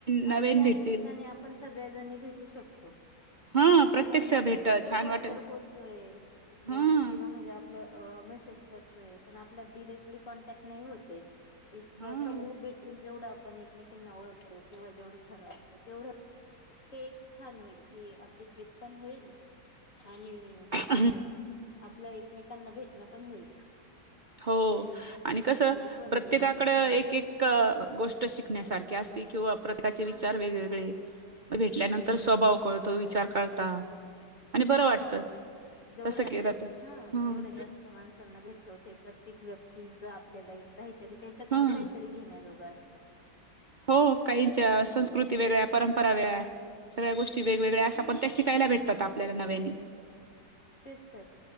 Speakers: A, on the right; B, on the left.
A: नवीन
B: आणि त्यानिमित्ताने
A: भेटतील
B: आपण सगळ्याजणी भेटू शकतो.
A: हा प्रत्यक्ष
B: कारण आपण
A: भेट
B: फक्त
A: छान
B: फोनवर
A: वाटेल
B: बोलतोय.
A: हा
B: किंवा म्हणजे आपलं मेसेज करतोय. पण आपल्या डिरेक्टली कॉन्टैक्ट नाही होते. एक
A: हा
B: समोर भेटून जेवढं आपण एकमेकींना ओळखतो. किंवा जेवढं छान वाटतं तेवढं. ते एक छान होईल. की आपली ट्रिप पण होईल आणि,
A: <inaudible>
B: आपलं एकमेकांना भेटणं पण होईल.
A: हो आणि कसं
B: काहीतरी फनवे
A: प्रत्येकाकडं
B: मध्ये छान
A: एक एक. गोष्ट शिकण्यासारखी असती. किंवा प्रत्येकाचे विचार वेगवेगळे भेटल्यानं तर स्वभाव कळतो.
B: हो
A: विचार करता आणि बरं वाट त
B: जेवढं
A: तस केलं तर
B: हा
A: हम्.
B: जेवढ्या जास्त माणसांना भेटत होते. प्रत्येक व्यक्तीचा आपल्याला एक काहीतरी त्यांच्याकडून
A: हम्म
B: काही, काही तरी घेण्याजोगं असतं.
A: हो काहीचा संस्कृती वेगळ्या परंपरा वेगळ्या. सगळ्या गोष्टी वेगवेगळ्यां अशा
B: हम्म
A: पण त्या शिकायला भेटतात आपल्याला नव्याने.
B: तेच तर